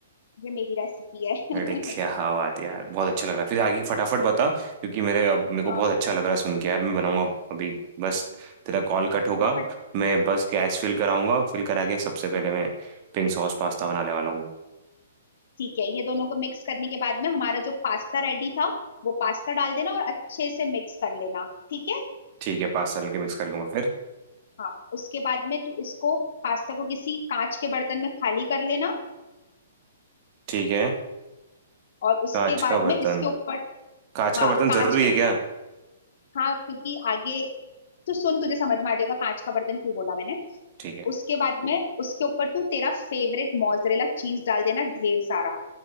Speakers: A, on the left (about 65°); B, on the right (about 40°).
A: ये मेरी रेसिपी है <laughs>
B: अरे क्या बात है यार बहुत अच्छा लग रहा है फिर आगे फटाफट बता क्योंकि मेरे अब मेरे को
A: हाँ
B: बहुत अच्छा लग रहा है सुन के यार मैं बनाऊंगा अभी बस तेरा कॉल कट होगा
A: हाँ फट
B: मैं बस गैस फिल कराऊंगा फिल करा के सबसे पहले मैं पिंक सॉस पास्ता बनाने वाला हूँ
A: ठीक है ये दोनों को मिक्स करने के बाद में हमारा जो पास्ता रेडी था वो पास्ता डाल देना और अच्छे से मिक्स कर लेना ठीक है
B: ठीक है पास्ता के मिक्स कर लूंगा फिर
A: हाँ उसके बाद में तू इसको पास्ता को किसी कांच के बर्तन में खाली कर लेना
B: ठीक है
A: और उसके
B: कांच
A: बाद
B: का बर्तन
A: में इसके ऊपर
B: कांच का
A: हाँ
B: बर्तन जरूरी
A: कांच के
B: है क्या
A: हाँ क्योंकि आगे तू सुन तुझे समझ में आ जाएगा कांच का बर्तन क्यों बोला मैंने
B: ठीक है
A: उसके बाद में उसके ऊपर तू तेरा फेवरेट मोजरेला चीज डाल देना ढेर सारा